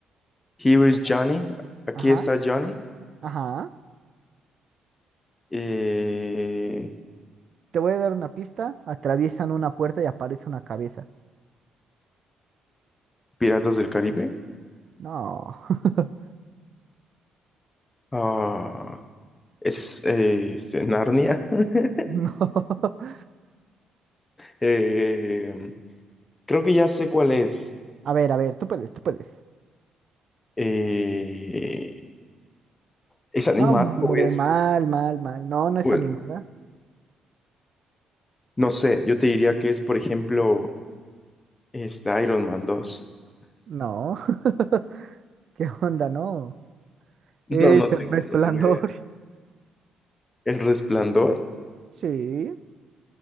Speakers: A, on the left; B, on the right.
A: Here is
B: Como,
A: Johnny. Aquí
B: ajá,
A: está Johnny.
B: ajá.
A: Eh,
B: Te voy a dar una pista. Atraviesan una puerta y aparece una cabeza.
A: Piratas del Caribe.
B: No, <laughs>
A: Ah, es eh, este, Narnia. <laughs>
B: no.
A: Eh, creo que ya sé cuál es.
B: A ver, a ver, tú puedes, tú puedes.
A: Eh, ¿es animado
B: No, hombre,
A: o es?
B: mal, mal, mal. No, no es
A: Bueno,
B: animada.
A: No sé, yo te diría que es, por ejemplo, este Iron Man dos. <laughs>
B: No. <laughs> ¿Qué onda? No.
A: No,
B: Es
A: no
B: el
A: tengo,
B: resplandor.
A: no tengo idea. El Resplandor,
B: Sí,